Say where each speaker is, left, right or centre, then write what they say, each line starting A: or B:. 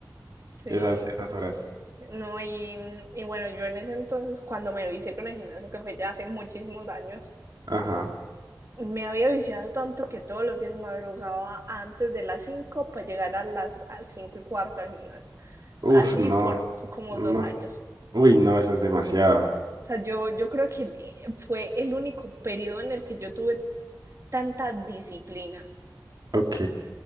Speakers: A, on the right; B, on the right.
A: sí,
B: esas, esas horas.
A: no, y, y bueno, yo en ese entonces, cuando me lo hice con el gimnasio, que fue ya hace muchísimos años,
B: Ajá.
A: Me había viciado tanto que todos los días madrugaba antes de las 5 para llegar a las a 5 y cuarto al gimnasio.
B: Uff,
A: Así
B: no,
A: por como
B: no.
A: dos años.
B: Uy, no, eso es demasiado.
A: O sea, yo, yo creo que eh, fue el único periodo en el que yo tuve tanta disciplina.
B: Ok.